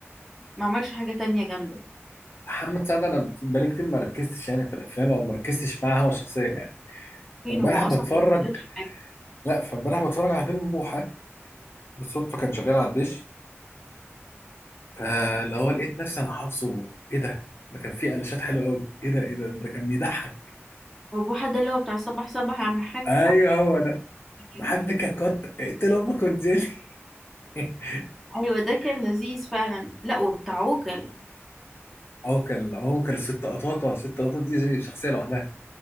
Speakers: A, in the centre; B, on the left.
A: ما عملش حاجة تانية جامدة
B: محمد سعد انا بقالي كتير ما ركزتش يعني في الافلام او ما ركزتش معاه هو شخصيا يعني
A: فين
B: فامبارح
A: هو
B: بتفرج
A: اصلا ما بيشتغلش حاجه
B: لا فامبارح بتفرج على فيلم بوحه بالصدفه كان شغال على الدش فاللي هو لقيت نفسي انا حافظه ايه ده ده كان فيه قلشات حلوه قوي ايه ده ايه ده ده كان بيضحك
A: هو بوحة ده اللي هو بتاع صباح صباح يا عم حاج
B: ايوه
A: صح
B: هو ده
A: ايوه
B: بحبك ككت اقتل امك وانزلي <laughs>
A: ايوه ده كان لذيذ فعلا لا وبتاع عوكل
B: هو كان هو كان الست قطاطه الست قطاطه دي شخصيه لوحدها